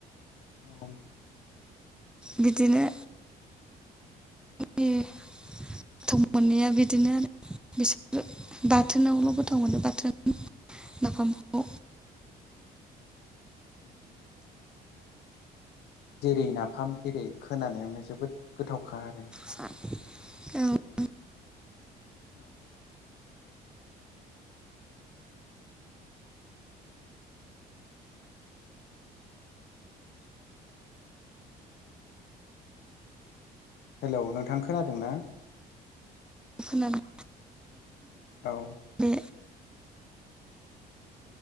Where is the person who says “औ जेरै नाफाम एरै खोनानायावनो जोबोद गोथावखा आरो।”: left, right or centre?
Left